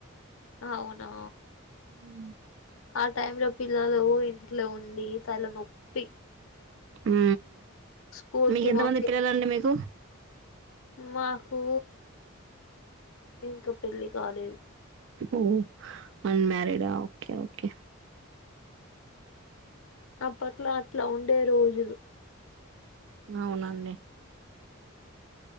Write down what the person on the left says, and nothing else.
అవునా
ఆ టైమ్ లో పిల్లలు ఇంట్లో ఉండి తల నొప్పి
స్కూల్
కి
పంపి
మాకు ఇంకా పెళ్లి కాలేదు
అప్పట్లో అట్లా ఉండే రోజులు